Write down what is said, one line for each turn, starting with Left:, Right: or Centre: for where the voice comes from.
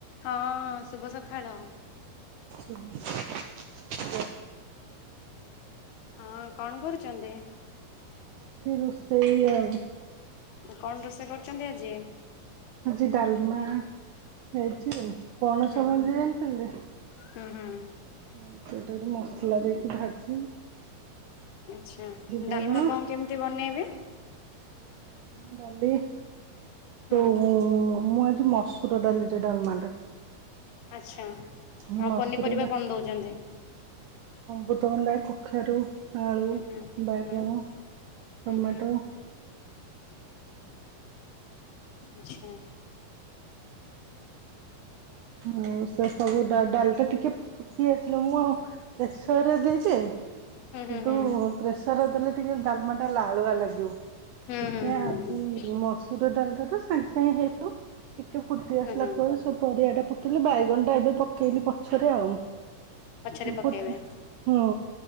Left: ହଁ ଶୁଭ ସକାଳ।
Right: ହ <unintelligible>
Left: ହଁ କଣ କରୁଛନ୍ତି?
Right: ରୋଷେଇ ଆଉ
Left: କଣ ରୋଷେଇ କରୁଛନ୍ତି ଆଜି?
Right: ଆଜି ଡାଲମା ହେଇଛି କଣ <unintelligible>
Left: ହୁଁ
Right: ସମୁନ୍ଦରେ
Left: ହୁଁ
Right: ଜଣିଛନ୍ତି <unintelligible>
Left: ହୁଁ ହୁଁ।
Right: ହଁ ସେଇଟା ଗୋଟେ ମସଲା ଦେଇକି ଭାଜିଛି <unintelligible>
Left: ଆଛା
Right: ବାଇଗଣ
Left: ଡାଲମା କଣ କେମିତି ବନେଇବେ?
Right: <unintelligible> ଡାଲି ସୋ
Left: ହୁଁ
Right: ମୁଁ ଆଜି ମସୁର ଡାଲିରେ ଡାଲମାଟା
Left: ଆଚ୍ଛା
Right: ହଁ
Left: ଆଉ
Right: ମସୁରଟା
Left: ପନିପରିବା କଣ ଦଉଛନ୍ତି?
Right: ହଁ ତଣ୍ଡା, କଖାରୁ, ଆଳୁ,
Left: ହୁଁ ହୁଁ
Right: ବାଇଗଣ,
Left: ହୁଁ ହୁଁ
Right: ଟମାଟୋ
Left: ହୁଁ ଆଚ୍ଛା।
Right: ଆଉ ସେ ସବୁ ଡା ଡାଲ ଟା ଟିକେ ଫୁ କିଏ ଆସିଲା ମୁଁ ଆଉ ପ୍ରେସରରେ ଦେଇଛି
Left: ହୁଁ ହୁଁ
Right: କିନ୍ତୁ
Left: ହୁଁ
Right: ପ୍ରେସର ଦେଲେ ଟିକେ ଡାଲମା ଟା ଲାଳୁଆ ଲାଗିବ।
Left: ହୁଁ
Right: ସେଥି
Left: ହୁଁ
Right: ପାଇଁ
Left: ହୁଁ
Right: ଆଜି
Left: ହୁଁ
Right: ମସୁର ଡାଲିଟା ତ ସାଙ୍ଗେ ସାଙ୍ଗେ ହେଇଯାଉ ଟିକେ ଫୁଟି ଆସିଲା
Left: ହୁଁ ହୁଁ
Right: ପରେ ସବୁ ପରିବା ଟା ପକେଇଲି ବାଇଗଣ ଟା ଏବେ ପକେଇଲି ପଛରେ ଆଉ
Left: ପଛରେ
Right: ଏପଟଲ
Left: ପକେଇବେ
Right: ହୁଁ